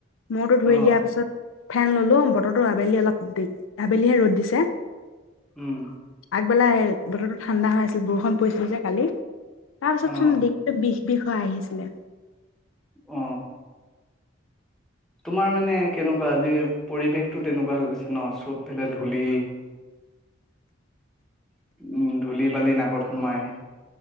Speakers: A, on the left (about 80°); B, in the centre.
A: মূৰটো ধুই
B: অ
A: দিয়াৰ পিছত ফেন ললো বতৰটো আবেলি অলপ দি আবেলিহে ৰ'দ দিছে।
B: উম
A: আগবেলা এই বতৰটো ঠাণ্ডা হৈ বৰষুণ পৰিছিল যে কালি। তাৰপিছত
B: অ
A: চোন <unintelligible> বিষ হৈ আহিছিলে।
B: অ। তোমাৰ মানে কেনেকুৱা আজি পৰিৱেশটো তেনেকুৱা হৈ গৈছে ন চবফালে ধূলি উম, ধূলি বালি নাকত সোমাই।